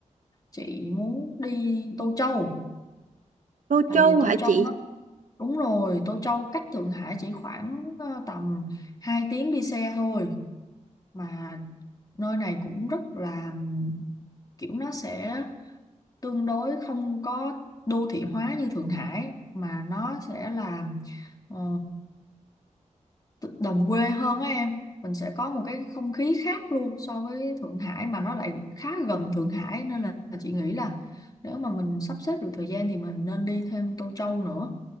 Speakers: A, on the left; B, on the right.
A: chị muốn đi Tô Châu.
B: Tô
A: tại
B: Châu
A: vì
B: hả
A: Tô
B: chị
A: Châu nó đúng rồi Tô Châu cách Thượng Hải chỉ khoảng ờ, tầm 2 tiếng đi xe thôi mà nơi này cũng rất là ừm, kiểu nó sẽ tương đối không có đô thị hóa như Thượng Hải mà nó sẽ là ờ, đồng quê hơn á em mình sẽ có một cái không khí khác luôn so với Thượng Hải mà nó lại khá gần Thượng Hải nên là chị nghĩ là nếu mà mình sắp xếp được thời gian thì mình nên đi thêm Tô Châu nữa